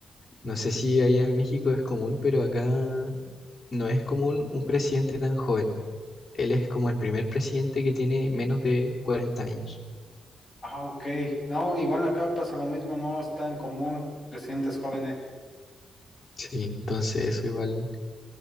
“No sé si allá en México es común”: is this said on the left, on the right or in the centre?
Left